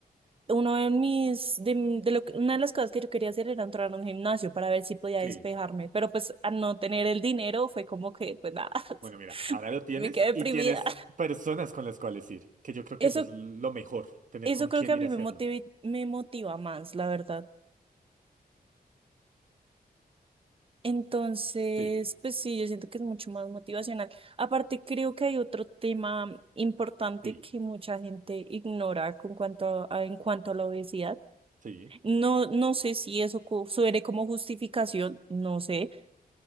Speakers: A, on the right (about 35°); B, on the right (about 55°).
A: uno de mis, de, de lo que- una de las cosas que yo quería hacer era entrar a un gimnasio para ver si podía
B: sí.
A: despejarme, pero pues al no tener el dinero fue como que, pues nada, <laughs>
B: Bueno, mira, ahora lo tienes
A: me quedé deprimida.
B: y tienes personas con las cuales ir, que yo creo que
A: Eso,
B: eso es lo mejor, tener
A: eso
B: con
A: creo
B: quién
A: que
B: ir
A: a mí
B: a hacerlo.
A: me motiva, me motiva más, la verdad. Entonces,
B: Sí,
A: pues sí, yo siento que es mucho más motivacional. Aparte, creo que hay otro tema importante
B: sí,
A: que mucha gente ignora con cuanto a, en cuanto a la obesidad.
B: sí.
A: No, no sé si eso co- suene como justificación, no sé.